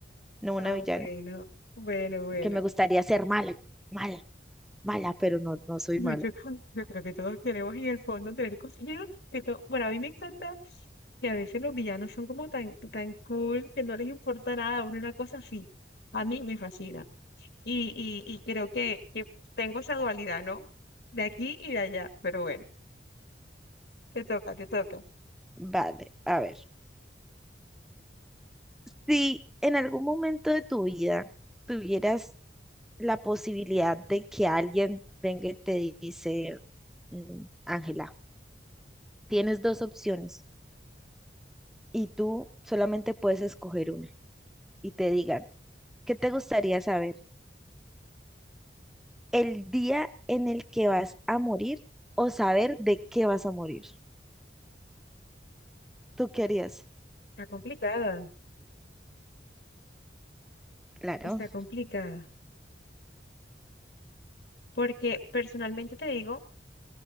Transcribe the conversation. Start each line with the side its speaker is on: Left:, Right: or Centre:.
Centre: no una
Left: Ah,
Centre: villana,
Left: bueno, bueno, bueno.
Centre: que me gustaría ser mala, mala, mala, pero no, no soy
Left: Yo,
Centre: mala.
Left: yo- yo creo que todos queremos en el fondo tener consejeros. Que todo, bueno, a mí me encanta que a veces los villanos son como tan, tan cool que no les importa nada, uno una cosa así. A mí me fascina. Y, y, y creo que, que tengo esa dualidad, ¿no? De aquí y de allá. Pero bueno, te toca, te toca.
Centre: Vale, a ver. Si en algún momento de tu vida tuvieras la posibilidad de que alguien venga y te dice, mm, Ángela, tienes dos opciones y tú solamente puedes escoger una y te digan, ¿Qué te gustaría saber? ¿El día en el que vas a morir o saber de qué vas a morir? ¿Tú qué harías?
Left: Está complicada,
Centre: Claro.
Left: está complicada. Porque personalmente te digo,